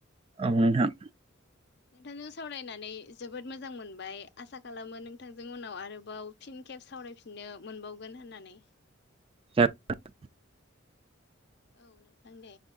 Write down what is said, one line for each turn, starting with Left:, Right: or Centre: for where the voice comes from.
Right: औ नोंथां।
Left: नोंथांजों सावरायनानै जोबोद मोजां मोनबाय आसा खालामो नोंथांजों उनाव आरोबाव फिन खेब सावरायफिननो मोनबावगोन होननानै।
Right: <unintelligible>
Left: औ नोंथां दे।